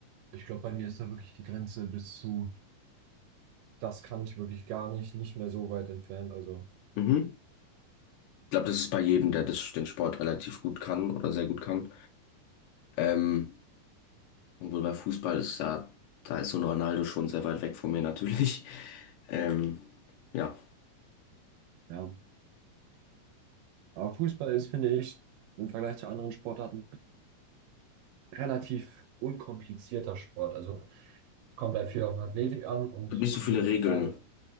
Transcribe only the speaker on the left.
Mhm. Ich glaube, das ist bei jedem, der das, den Sport relativ gut kann oder sehr gut kann. Ähm, obwohl bei Fußball ist da, da ist so ein Ronaldo schon sehr weit weg von mir natürlich. Ähm, ja, es
gibt nicht so viele
Regeln.